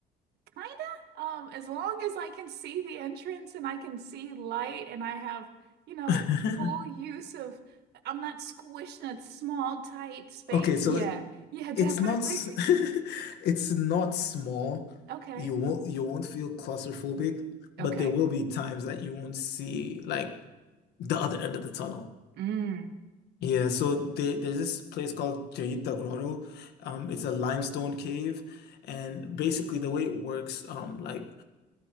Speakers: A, on the right; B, on the left.
A: Kinda. Um, as long as I can see the entrance and I can see light and I have, you know,
B: <laughs>
A: full use of, I'm not squished in a small, tight space.
B: Okay, so
A: Yeah.
B: it-
A: Yeah, definitely.
B: it's not s- <laughs>
A: <laughs>
B: it's not small.
A: Okay.
B: You won't you won't feel claustrophobic,
A: Okay.
B: but there will be times that you won't see like the other end of the tunnel.
A: Mm.
B: Yeah, so there, there's this place called Jaita Grotto. Um, it's a limestone cave, and basically the way it works, um, like